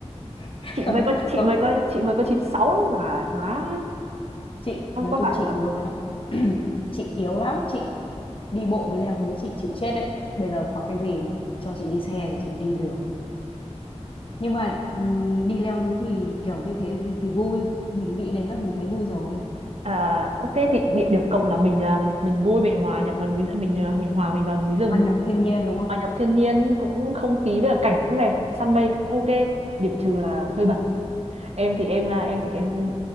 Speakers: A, on the left (about 50°); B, on the right (about 65°).
A: <laughs>
B: chị
A: không
B: mới có chị
A: không
B: mới có chị mới có chín sáu là má
A: chị
B: không
A: nói
B: có
A: chung
B: phải
A: chị
B: là
A: yếu lắm <clears throat> chị yếu lắm chị đi bộ với leo núi chị chịu chết đấy bây giờ có cái gì mà cho chị đi xe thì chị còn đi được nhưng mà ừm, đi leo núi thì kiểu như thế thì, thì vui mình nghĩ đến là mình thấy vui rồi
B: à, ok thì địa điểm cộng là mình à, mình vui mình hòa nhập vào núi mình à, mình hòa mình vào núi rừng
A: hòa nhập thiên nhiên đúng không
B: hòa nhập thiên nhiên cũng không khí với cả cảnh cũng đẹp săn mây cũng ok điểm trừ là hơi bẩn em thì em là em thì em